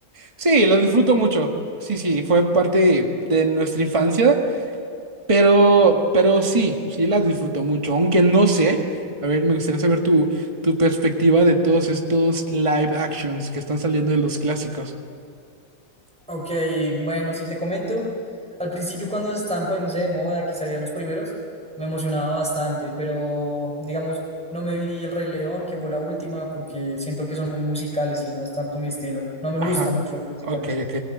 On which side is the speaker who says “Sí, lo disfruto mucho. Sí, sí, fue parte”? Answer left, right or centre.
Right